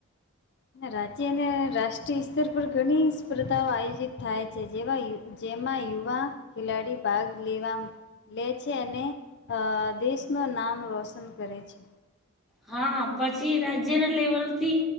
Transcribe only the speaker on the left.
રાજ્ય અને રાષ્ટ્રીય સ્તર પર ઘણી સ્પર્ધાઓ આયોજિત થાય છે જેવા જેમાં યુવા ખેલાડી ભાગ લેવા લે છે, અને અ દેશનું નામ રોશન કરે છે.